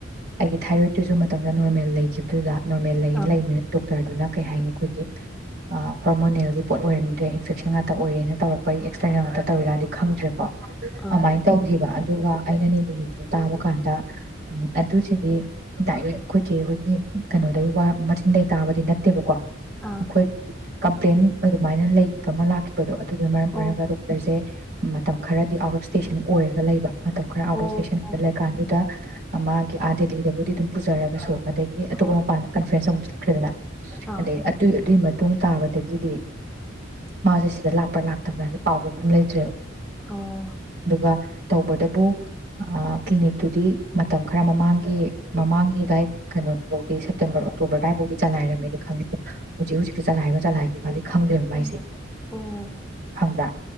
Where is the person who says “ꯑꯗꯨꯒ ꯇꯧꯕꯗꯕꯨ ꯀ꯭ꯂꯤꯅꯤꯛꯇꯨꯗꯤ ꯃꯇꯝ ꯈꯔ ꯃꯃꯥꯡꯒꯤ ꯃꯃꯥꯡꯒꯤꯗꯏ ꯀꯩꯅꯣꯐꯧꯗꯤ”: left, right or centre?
Right